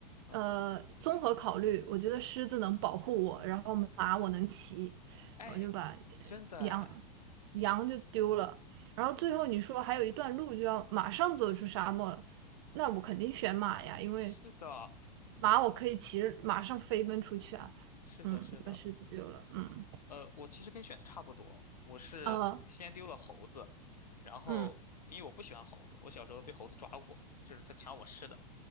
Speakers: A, on the left; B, on the right.
A: 嗯，
B: 呃，综合考虑，我觉得狮子能保护我，然后马我能骑，
A: 哎，
B: 我就把呃羊
A: 真的，
B: 羊就丢了。然后最后你说还有一段路就要马上走出沙漠了，那我肯定选马呀，因为
A: 是的，
B: 马我可以骑着马上飞奔出去啊。
A: 是的，
B: 嗯，
A: 是的。
B: 把狮子丢了。嗯，
A: 呃，我其实跟选差不多，我是先丢了猴子，
B: 呃，
A: 然后因为我不喜欢猴子，
B: 嗯，
A: 我小时候被猴子抓过，就是它抢我吃的。